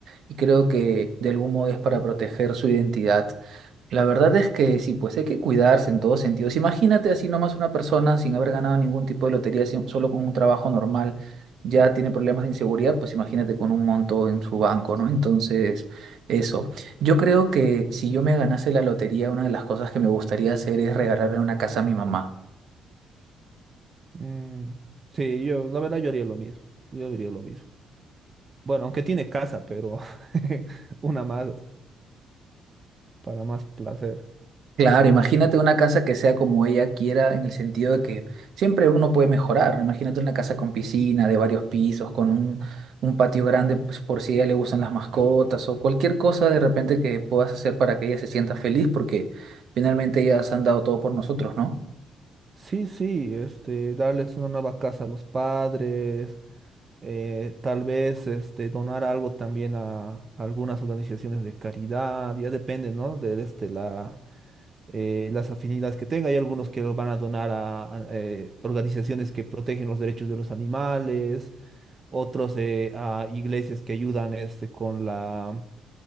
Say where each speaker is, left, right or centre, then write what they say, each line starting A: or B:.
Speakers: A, on the right; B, on the right.
A: y creo que de algún modo es para proteger su identidad. La verdad es que sí, pues hay que cuidarse en todos sentidos. Imagínate así nomás una persona sin haber ganado ningún tipo de lotería, sin- solo con un trabajo normal, ya tiene problemas de inseguridad, pues imagínate con un monto en su banco, ¿no? Entonces, eso. Yo creo que si yo me ganase la lotería, una de las cosas que me gustaría hacer es regalarle una casa a mi mamá.
B: Mm, sí, yo la verdad yo haría lo mismo. Yo haría lo mismo. Bueno, aunque tiene casa, pero <laughs> una más para más placer.
A: Claro, imagínate una casa que sea como ella quiera, en el sentido de que siempre uno puede mejorar. ¿no? Imagínate una casa con piscina, de varios pisos, con un, un patio grande, pues, por si a ella le gustan las mascotas o cualquier cosa de repente que puedas hacer para que ella se sienta feliz, porque finalmente ellas han dado todo por nosotros, ¿no?
B: Sí, sí, este, darles una nueva casa a los padres, eh, tal vez este, donar algo también a, a algunas organizaciones de caridad, ya depende, ¿no? De este, la, eh, las afinidades que tenga. Hay algunos que lo van a donar a, a, eh, organizaciones que protegen los derechos de los animales, otros eh, a iglesias que ayudan este, con la